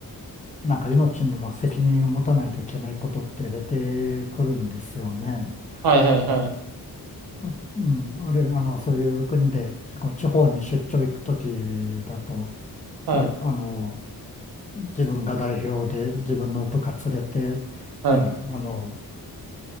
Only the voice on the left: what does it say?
なんか命にも責任を持たないといけないことって出てくるんですよね。
うんあ、うん、あるいはあの、そういう国で、こう地方に出張行くときだと、
まあ、あの、自分が代表で自分の部下連れて、
えーあの、